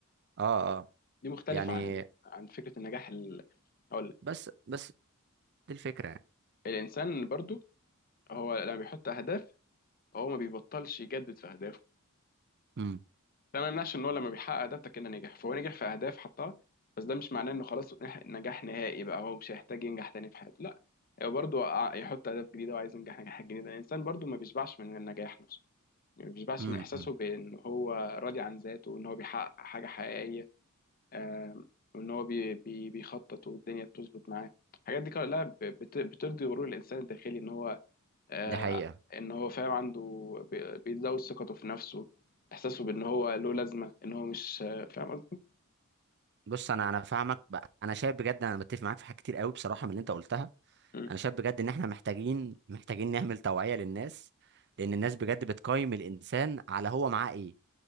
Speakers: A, on the right; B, on the left.
A: اه اه
B: دي مختلفه
A: يعني
B: عن عن فكره النجاح ال... اقول لك
A: بس بس دي الفكرة يعني
B: الانسان برضو هو لما بيحط اهداف هو ما بيبطلش يجدد في اهدافه
A: امم
B: ده ما يمنعش ان هو لما بيحقق ده كده نجح فهو نجح في اهداف حطها بس ده مش معناه انه خلاص نح- نجاح نهائي بقى هو مش هيحتاج ينجح تاني في حياته لا هو برضه ع- يحط اهداف جديده وعايز ينجح نجاحات جديده الانسان برضه ما بيشبعش من النجاح نفسه ما بيشبعش
A: امم
B: من احساسه بان هو راضي عن ذاته وان هو بيحقق حاجه حقيقيه آم، وان هو بي بي بيخطط والدنيا بتظبط معاه الحاجات دي كلها ب- بت- بترضي غرور الانسان الداخلي ان هو آه،
A: دي حقيقة
B: ان هو فاهم عنده بي- بيزود ثقته في نفسه احساسه بان هو له لازمه ان هو مش آه، فاهم قصدي
A: بص انا انا فاهمك بقى انا شايف بجد انا متفق معاك في حاجات كتير قوي بصراحة من اللي انت قلتها
B: مم.
A: انا شايف بجد ان احنا محتاجين محتاجين نعمل توعية للناس لان الناس بجد بتقيم الانسان على هو معاه ايه